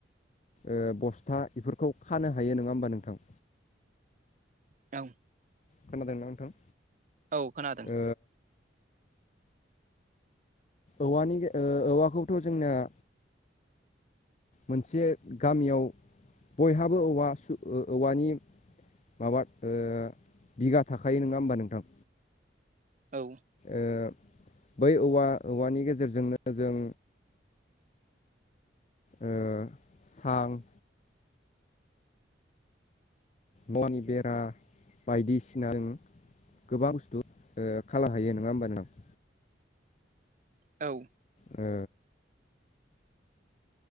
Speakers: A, on the left; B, on the right.
A: ओ बस्था बेफोरखौ खानो हायो नङा होमबा नोंथां?
B: औ
A: खोनादोंना नोंथां?
B: औ खोनादों
A: ओ औवानि ओ औवाखौथ' जोंनाया मोनसे गामियाव बयहाबो औवा सु औवानि माबा ओ बिगा थाखायो नङा होमबा नोंथां?
B: औ
A: ओ बै औवा औवानि गेजेरजोंनो जों औ थां बन बेरा बायदिसिनानि गोबां बुस्थु खानो हायो नङा होमबा नोंथां?
B: औ
A: ओ